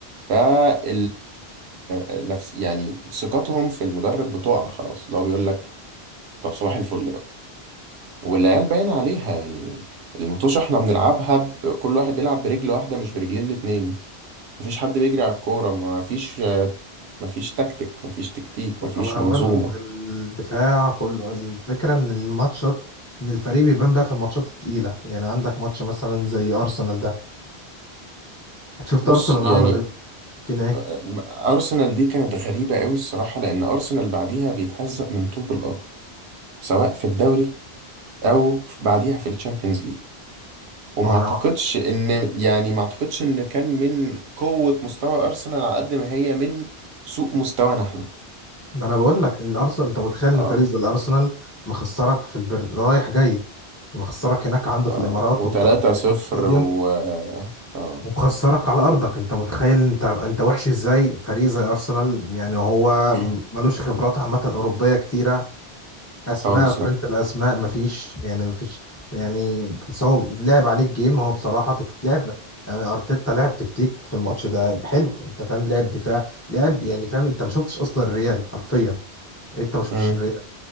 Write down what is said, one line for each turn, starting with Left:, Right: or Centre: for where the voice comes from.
Right: فال نفس يعني ثقتهم في المدرب بتقع خلاص اللي هو بيقول لك طب صباح الفل بقى والعيال باين عليها يعني المطوشة احنا بنلعبها ب... كل واحد بيلعب برجل واحدة مش برجلين الاتنين مفيش حد بيجري على الكورة مفيش مفيش تكتيك مفيش تكتيك مفيش
Left: أو انا
Right: منظومة
Left: بقول لك الدفاع كله الفكره ان الماتشات ان الفريق بيبان بقى في الماتشات التقيله يعني عندك ماتش مثلا زي ارسنال ده شفت
Right: بص
Left: ارسنال
Right: يعني
Left: عمل فينا ايه
Right: أم- أرسنال دي كانت غريبة قوي الصراحة لأن أرسنال بعديها بيتهزق من طوب الأرض سواء في الدوري أو بعديها في الشامبيونز ليج وما
Left: ما
Right: اعتقدش
Left: انا
Right: ان يعني ما اعتقدش ان كان من قوة مستوى ارسنال على قد ما هي من سوء مستوانا احنا
Left: ما انا بقول لك الارسنال انت متخيل ان
Right: اه
Left: فريق زي الارسنال مخسرك في البر... رايح جاي مخسرك هناك عنده
Right: اه
Left: في الامارات
Right: وتلاتة
Left: ومخ... في الامارات
Right: صفر
Left: ستاديوم
Right: و اه آه،
Left: ومخسرك على ارضك انت متخيل انت انت وحش ازاي فريق زي ارسنال يعني هو
Right: <clears throat>
Left: ملوش خبرات عامه اوروبيه كتيره اسماء
Right: خالص
Left: قارنة
Right: لا
Left: الاسماء مفيش يعني مفيش يعني سواء لعب عليك جيم هو بصراحه تلعب يعني ارتيتا لعب تكتيك في الماتش ده حلو انت فاهم لعب دفاع لعب يعني فاهم انت ما شفتش اصلا الريال حرفيا يعني انت ما شفتش
Right: مم.
Left: الريال